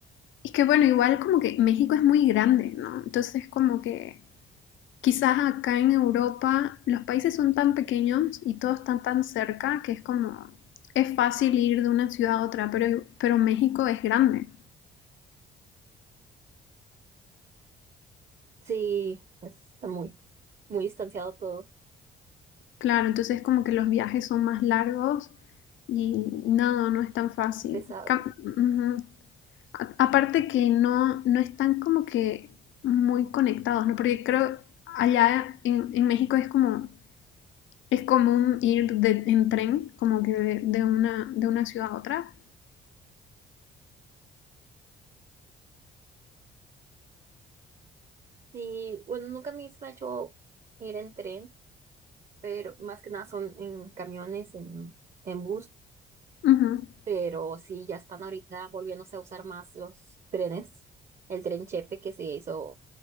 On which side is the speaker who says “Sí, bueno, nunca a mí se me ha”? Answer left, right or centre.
Right